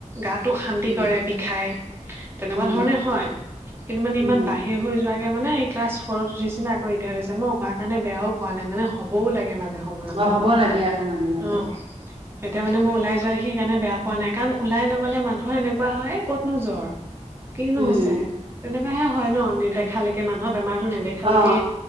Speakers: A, on the right (about 20°); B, on the right (about 45°).
A: গাটো শান্তি
B: উম
A: কৰে বিষাই। এনেকুৱা
B: উম
A: ধৰণে হয় কিন্তু মানে ইমান
B: উম
A: বাহিৰ। হৈ যোৱাকে মানে ক্লাছ ফৰত উঠিছিলে আকৌ এতিয়াছে মই হোৱাৰ কাৰণে বেয়াও পোৱা নাই মানে হ'বও লাগে মাজে। <inaudible>
B: অ হ'ব লাগে আকৌ মাজে মাজে
A: অ। তেতিয়া মানে মই ওলাই যোৱা দেখি সেইকাৰণে বেয়া পোৱা নাই কাৰণ ওলাই নগ'লে মানুহৰ এনেকুৱা হয় কতনো জ্বৰ। কিনো
B: উম
A: হৈছে তেনেকুৱা হে হয় নেদেখালেকে মানুহৰ বেমাৰতো নেদে। খালেকে
B: অ অ